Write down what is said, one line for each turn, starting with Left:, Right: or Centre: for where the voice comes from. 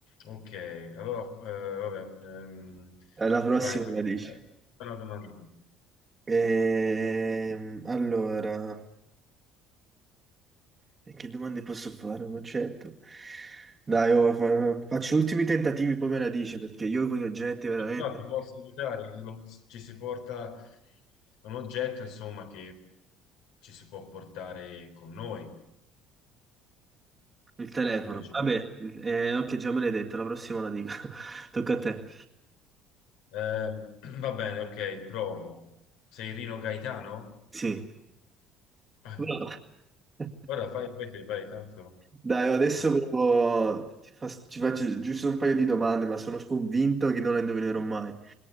Left: Ok, allora, eh, vabbè, ehm,
Right: Eh, La prossima
Left: vai, fai
Right: la dici.
Left: fai una domanda.
Right: Ehm, allora, e che domande posso fare? Non certo. Dai, oh, fa- faccio ultimi tentativi, poi me la dici, perché io con gli oggetti veramente...
Left: No, ti posso aiutare, che lo- ci si porta un oggetto, insomma, che ci si può portare con noi
Right: Il telefono.
Left: ogni giorno.
Right: Vabbè, eh, ok, già me l'hai detto, la prossima la dico. <laughs> Tocca a te.
Left: Eh, <clears throat> va bene, ok, provo. Sei Rino Gaetano?
Right: Sì.
Left: <laughs> Ah,
Right: Bravo. <laughs>
Left: Ora fai, fai te, vai, tanto.
Right: Dai, oh, adesso
Left: eh,
Right: provo- ti fa- ci faccio giusto un paio di domande, ma sono convinto che non le indovinerò mai.